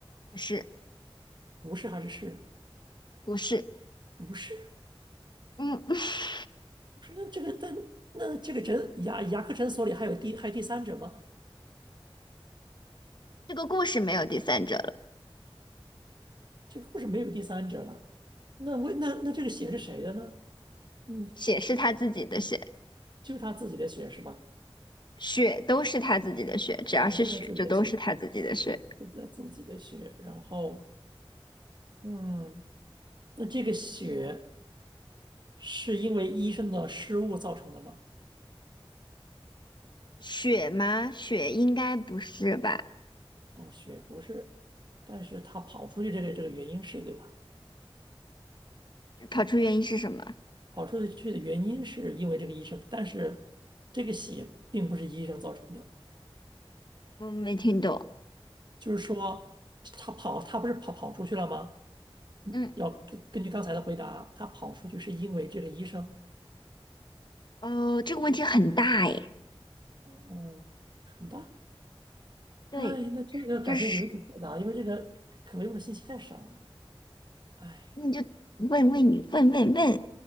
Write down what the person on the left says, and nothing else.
不是，
不是，
嗯，<laughs>
这个故事没有第三者了，
血是他自己的血，
血都是他自己的血，只要是血就都是他自己的血，
血吗？血应该不是吧？
跑出原因是什么？
我没听懂，
嗯，
哦，这个问题很大诶，
对，
就是
那你就问问你，问问问，